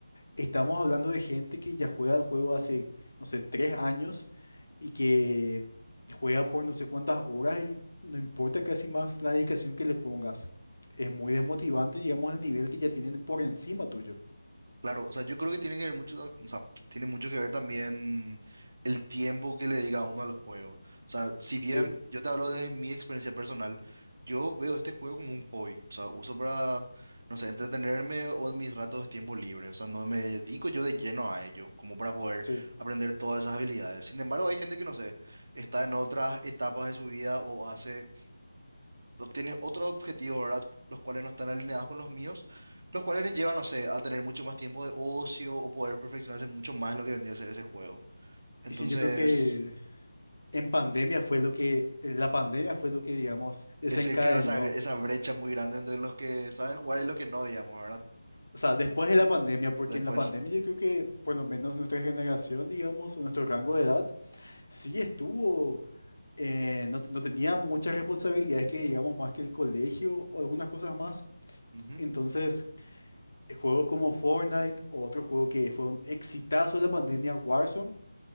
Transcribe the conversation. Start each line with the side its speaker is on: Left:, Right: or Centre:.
Left: estamos hablando de gente que ya juega el juego hace, no sé, tres años y que juega por no sé cuántas horas y no importa casi más la dedicación que le pongas. Es muy desmotivante, digamos, el nivel que ya tienen por encima tuyo.
Right: Claro, o sea, yo creo que tiene que ver mucho, o sea, tiene mucho que ver también el tiempo que le dedica uno al juego. O sea, si bien
Left: Sí,
Right: yo te hablo desde mi experiencia personal, yo veo este juego como un hobby. O sea, uso para, no sé, entretenerme o en mis ratos de tiempo libre. O sea, no me dedico yo de lleno a ello, como para poder
Left: sí.
Right: aprender todas esas habilidades. Sin embargo, hay gente que, no sé, está en otras etapas de su vida o hace tienes otros objetivos, ¿verdad? Los cuales no están alineados con los míos, los cuales les llevan, no sé, a tener mucho más tiempo de ocio o poder perfeccionarse mucho más en lo que vendría a ser ese juego. Entonces,
Left: Y sí, yo creo que en pandemia fue lo que, la pandemia fue lo que, digamos, desencadenó.
Right: ese creo esa, esa brecha muy grande entre los que saben jugar y los que no, digamos, ¿verdad?
Left: O sea, después de la pandemia, porque
Right: Después.
Left: en la pandemia yo creo que por lo menos nuestra generación, digamos, o nuestro rango de edad, sí estuvo, eh, no, no tenía muchas responsabilidades que, digamos, más que el colegio o algunas cosas más.
Right: Ujú,
Left: Entonces, eh, juegos como Fortnite o otro juego que fue un exitazo de la pandemia, Warzone,